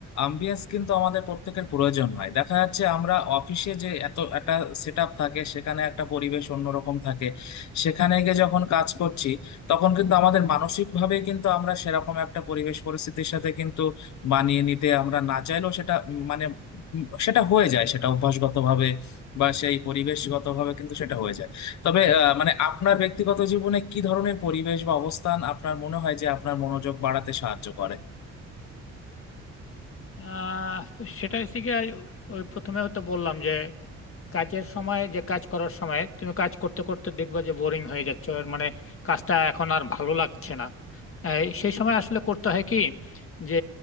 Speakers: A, on the left; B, on the left.
A: আম্বিয়েন্স কিন্তু আমাদের প্রত্যেকের প্রয়োজন হয় দেখা যাচ্ছে আমরা অফিসে যে এত একটা সেট আপ থাকে সেখানে একটা পরিবেশ অন্যরকম থাকে সেখানে গিয়ে যখন কাজ করছি তখন কিন্তু আমাদের মানসিক ভাবে কিন্তু আমরা সেরকম একটা পরিবেশ পরিস্থিতির সাথে কিন্তু মানিয়ে নিতে আমরা না চাইলেও সেটা উম, মানে উম, সেটা হয়ে যায় সেটা অভ্যাসগত ভাবে বা সেই পরিবেশগত ভাবে কিন্তু সেটা হয়ে যায় তবে আহ, মানে আপনার ব্যক্তিগত জীবনে কি ধরনের পরিবেশ বা অবস্থান আপনার মনে হয় যে আপনার মনোযোগ বাড়াতে সাহায্য করে
B: আহ সেটা হচ্ছে গিয়ে ওই প্রথমেও তো বললাম যে কাজের সময় যে কাজ করার সময় তুমি কাজ করতে করতে দেখবা যে বোরিং হয়ে যাচ্ছে আর মানে কাজটা এখন আর ভালো লাগছে না এই সেই সময় আসলে করতে হয় কি যে